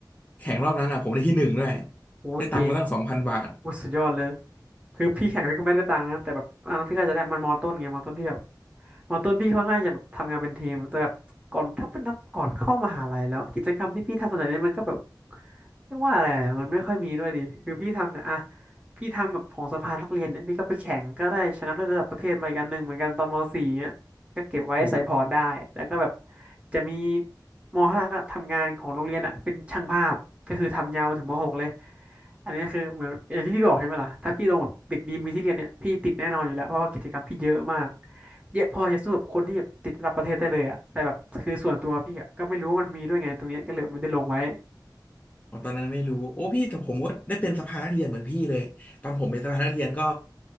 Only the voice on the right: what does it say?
อู้เก่ง
อู้สุดยอดเลยคือพี่แข่งพี่ก็ไม่ได้ตังค์นะแต่แบบอ่าพี่ก็จะได้มันมอต้นไงมอต้นที่แบบมอต้นพี่ค่อนข้างจะแบบทำงานเป็นทีมแต่แบบก่อนถ้าเป็นนับก่อนเข้ามหาลัยแล้วกิจกรรมที่พี่ทำส่วนใหญ่เนี่ยมันก็แบบเรียกว่าอะไรอะมันไม่ค่อยมีด้วยดิคือพี่ทำเนี่ยอะพี่ทำแบบของสภานักเรียนเนี่ยพี่ก็ไปแข่งก็ได้ชนะเลิศระดับประเทศมาอีกอันหนึ่งเหมือนกันตอนม .4 เนี่ย ก็เก็บไว้ใส่พอร์ตได้
แล้วก็แบบจะมีมห้าก็ทำงานของโรงเรียนอ่ะเป็นช่างภาพก็คือทำยาวมาถึงมหกเลยอันนี้คือเหมือนอย่างที่พี่บอกใช่ไหมล่ะถ้าพี่ลงแบบเด็กดีมีที่เรียนเนี่ยพี่ติดแน่นอนอยู่แล้วเพราะว่ากิจกรรมพี่เยอะมากเยอะพอจะสู้กับคนที่แบบติดระดับประเทศได้เลยอ่ะแต่แบบคือส่วนตัวพี่อะก็ไม่รู้ว่ามันมีด้วยไงตรงเนี้ยก็เลยไม่ได้ลงไว้